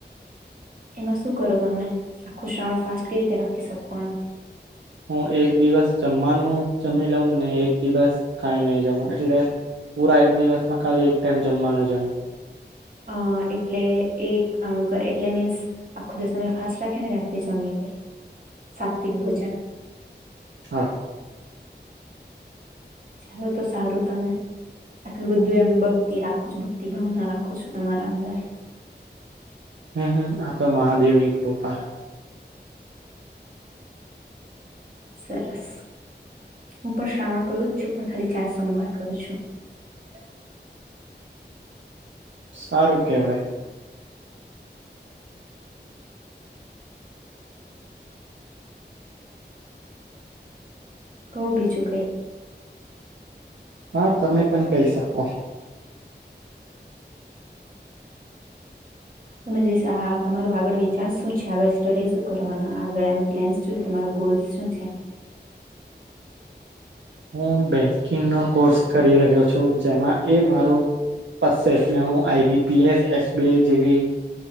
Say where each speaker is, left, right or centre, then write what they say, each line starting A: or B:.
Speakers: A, on the right; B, on the right.
A: એમાં શું કરો? તમે આખું શ્રાવણ ફાસ્ટ કેવી રીતે રાખી શકો, એમ?
B: હું એક દિવસ જમવાનું જમી લઉં ને, એક દિવસ કઈ નહીં જમું, એટલે. પૂરા એક દિવસમાં ખાલી એક ટાઈમ જમવાનું જમું.
A: અ, એટલે એક તાણુ કરે, એટલે મીન્સ આખું દિવસ તમે ફાસ્ટ રાખે ને, રાત્રે જમી લે.
B: <unintelligible>
A: સાત્વિક ભોજન.
B: હા.
A: ચાલો, તો સારું તમે આટલું બધું એમ ભક્તિ રાખું છું, ભક્તિ ભાવના રાખું છું તમારા અંદર.
B: હમ હમ, આ તો મહાદેવની કૃપા.
A: સરસ. હું પણ શ્રાવણ કરું છું, પણ ખાલી ચાર સોમવાર કરું છું.
B: <unintelligible> સારું કહેવાય.
A: કઉ બીજું કંઈ?
B: હા, તમે પણ કહી શકો.
A: તમે જ આ, તમારું આગળ વિચાર શું છે? આગળ સ્ટડી શું કરવાના? આગળ એમ પ્લાન શું છે તમારો? ગોલ શું છે?
B: <unintelligible> હું બેંકિંગનો કોર્સ કરી રહ્યો છું, જેમાં એ મારો પસશે એટલે હું આઈબીપીએસ, એસબીઆઈ જેવી